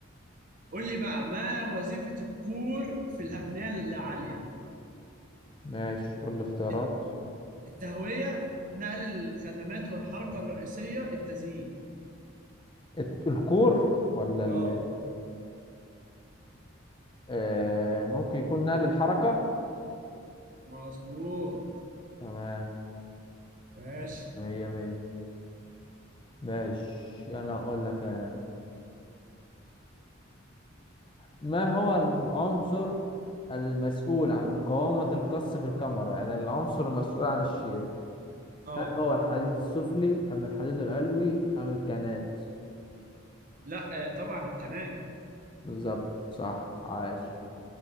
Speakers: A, on the right; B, on the left.
A: قول لي بقى ما وظيفة الكور في الأبنية العالية
B: ماشي قول لي اختيارات
A: الت- التهوية نقل الخدمات والحركة الرئيسية التزيين
B: الت- الكور ولا ال
A: اه
B: آه ممكن يكون نقل الحركة
A: مظبوط
B: تمام
A: ماشي
B: مية مية ماشي أنا أقول لك أنا ما هو العنصر المسؤول عن مقاومة القص في الكاميرا يعني العنصر المسؤول عن الشير
A: اه
B: هل هو الحديد السفلي أم الحديد العلوي أم الكانات
A: لا آه، طبعا القناة
B: بالظبط صح عاش